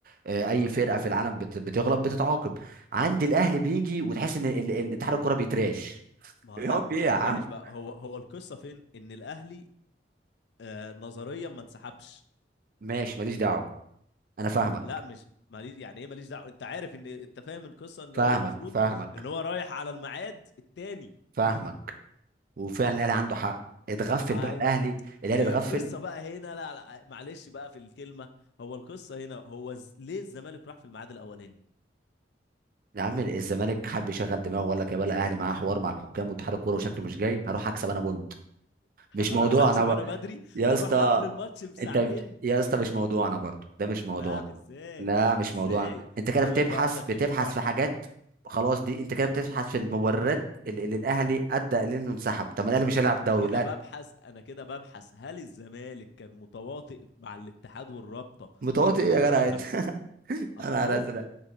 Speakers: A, on the right; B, on the left.
A: آه،
B: صح
A: اي فرقة في العالم بت- بتغلط بتتعاقب عند الاهلي بيجي وتحس ان ال- ال- اتحاد الكرة بيترعش
B: ما
A: يا
B: هو لا
A: عم
B: مش
A: ايه
B: بيترعش
A: يا عم
B: بقى هو هو القصه فين ان الاهلي آه نظريا ما انسحبش
A: ماشي ماليش دعوه انا فاهمك
B: لا مش ماليش يعني ايه ماليش دعوه انت عارف ان انت فاهم القصه ان
A: فاهمك
B: هو المفروض
A: فاهمك
B: ان هو رايح على الميعاد التاني
A: فاهمك وفعلا الاهلي عنده حق اتغفل
B: ايوه
A: بقى الاهلي الاهلي
B: هي
A: اتغفل
B: القصه بقى هنا لا لا معلش بقى في الكلمه هو القصه هنا هو ز... ليه الزمالك راح في الميعاد الاولاني
A: يا عم الزمالك حب يشغل دماغه وقال لك يا بلا الاهلي معاه حوار مع الحكام واتحاد الكوره وشكله مش جاي هروح اكسب انا بونت مش موضوع
B: اروح اكسب
A: انا ب...
B: انا بدري
A: يا
B: هروح
A: اسطى
B: قبل الماتش بساعتين
A: انت بت- يا اسطى مش موضوع انا برضه ده مش موضوع
B: لا ازاي
A: لا مش
B: ازاي
A: موضوع أنا. انت كده
B: هقول
A: بتبحث
B: لك بقى اقول لك
A: بتبحث
B: ليه موضوعنا
A: في حاجات خلاص دي انت كده بتبحث في المبررات اللي اللي الاهلي ادى لانه انسحب طب ما الاهلي مش هيلعب
B: انا
A: دوري
B: كده ببحث انا كده ببحث هل الزمالك كان متواطئ مع الاتحاد والرابطه
A: متواطئ ايه
B: في اللي
A: يا
B: هم
A: جدع
B: كان
A: انت <laughs>
B: اما
A: انا
B: اهو
A: ازرق